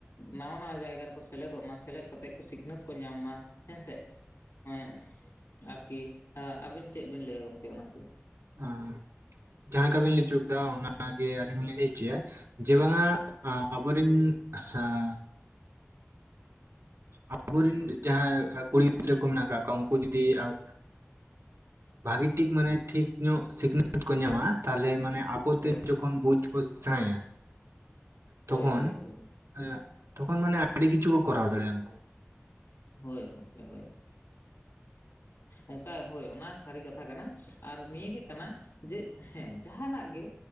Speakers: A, on the left; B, on the right.
A: ᱱᱟᱣᱟ ᱱᱟᱣᱟ ᱡᱟᱭᱜᱟ ᱨᱮᱠᱚ ᱥᱮᱞᱮᱫᱚᱜ ᱢᱟ ᱥᱮᱞᱮᱫ ᱠᱟᱛᱮᱜ ᱠᱚ ᱥᱤᱠᱷᱱᱟᱹᱛ ᱠᱚ ᱧᱟᱢ ᱢᱟ ᱾ ᱦᱮᱸᱥᱮ ᱾ ᱮᱸ ᱟᱨᱠᱤ ᱟᱹᱵᱤᱱ ᱪᱮᱫ ᱵᱤᱱ ᱞᱟᱹᱭᱟ ᱜᱚᱝᱠᱮ ᱚᱱᱟᱛᱮ?
B: ᱟᱸ <inaudible> ᱡᱟᱦᱟᱸ ᱞᱮᱠᱟᱵᱤᱱ ᱞᱟᱹᱭᱪᱚ ᱮᱫᱟ ᱚᱱᱟᱜᱮ ᱟᱹᱞᱤᱧ ᱦᱚᱞᱤᱧ ᱞᱟᱹᱭ ᱦᱚᱪᱚᱭᱟ ᱡᱮ ᱵᱟᱝᱟ ᱦᱮᱸ ᱟᱵᱚᱨᱤᱱ <inaudible> ᱦᱮᱸ ᱟᱵᱚᱨᱮᱱ ᱡᱟᱦᱟᱸᱭ ᱠᱩᱲᱤ ᱜᱤᱫᱽᱨᱟᱹ ᱠᱚ ᱢᱮᱱᱟᱜ ᱠᱟᱜ ᱠᱚᱣᱟ ᱩᱱᱠᱩ ᱡᱩᱚᱫᱤ ᱟᱵ ᱵᱷᱟᱜᱤ ᱴᱷᱤᱠ ᱢᱟᱱᱮ ᱴᱷᱤᱠ ᱧᱚᱜ ᱥᱤᱠᱷᱱᱟᱹᱛ ᱠᱚ ᱧᱟᱢᱟ ᱛᱟᱦᱚᱞᱮ ᱢᱟᱱᱮ ᱟᱯ ᱠᱚᱛᱮ
A: ᱦᱳᱭ
B: ᱡᱚᱠᱷᱚᱱ ᱵᱷᱩᱡᱽ ᱠᱚ ᱥᱮᱬᱟᱭᱟ ᱛᱚᱠᱷᱚᱱ
A: ᱦᱳᱭ ᱦᱳᱭ ᱦᱳᱭ
B: ᱮᱜ ᱛᱚᱠᱷᱚᱱ ᱢᱟᱱᱮ ᱟᱹᱰᱤ ᱠᱤᱪᱷᱩ ᱠᱚ ᱠᱚᱨᱟᱣ ᱫᱟᱲᱮᱭᱟᱜᱼᱟ ᱩᱱᱠᱩ᱾
A: ᱦᱳᱭ ᱜᱚᱝᱠᱮ ᱦᱳᱭ ᱚᱱᱠᱟ ᱦᱳᱭ ᱚᱱᱟ ᱥᱟᱹᱨᱤ ᱠᱟᱛᱷᱟ ᱠᱟᱱᱟ᱾ ᱟᱨ ᱱᱤᱭᱟᱹ ᱜᱮ ᱠᱟᱱᱟ ᱡᱮ ᱦᱮᱸ ᱡᱟᱦᱟᱱᱟᱜ ᱜᱮ